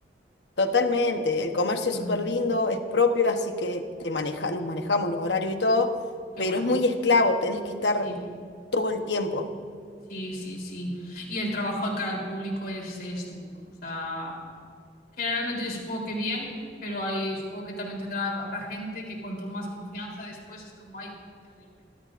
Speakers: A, on the left; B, on the left.
A: totalmente. El comercio es
B: Mm,
A: súper lindo, es propio, así que te maneja, nos manejamos los horarios y todo,
B: qué
A: pero
B: guay.
A: es muy esclavo, tenés que estar
B: Sí,
A: todo el tiempo.
B: sí, sí, sí. Y el trabajo al cara al público es, es duro. O sea, generalmente yo supongo que bien, pero hay, supongo que también tendrá, habrá gente que cuanto más confianza después es como, ay, terrible.